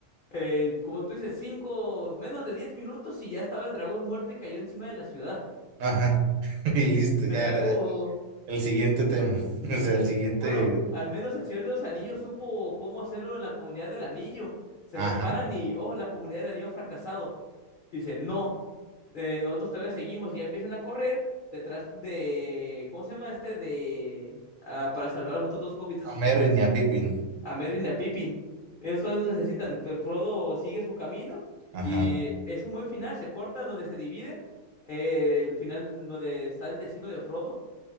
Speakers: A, on the left; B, on the right.
A: eh, como tú dices, 5 menos de 10 minutos y ya estaba el dragón muerto y cayó encima de la ciudad.
B: ajá. <laughs> Y listo, ya.
A: Es algo,
B: El siguiente tema, <laughs>
A: sí,
B: o sea, el siguiente,
A: bueno, al menos el Señor de los Anillos supo cómo hacerlo en la comunidad del anillo. Se
B: ajá,
A: separan y, oh, la comunidad del anillo ha fracasado. dice no, eh, nosotros todavía seguimos y ya empiezan a correr detrás de, ¿cómo se llama este? De, ah, para salvar a los otros dos hobbits, ¿esos
B: a
A: ¿cómo
B: Merry
A: se llama?
B: ni a Pippin,
A: A Merry y a Pippin. Ellos todavía nos necesitan. Pues Frodo sigue su camino
B: ajá,
A: y es un buen final, se corta donde se dividen. eh, el final donde está el destino de Frodo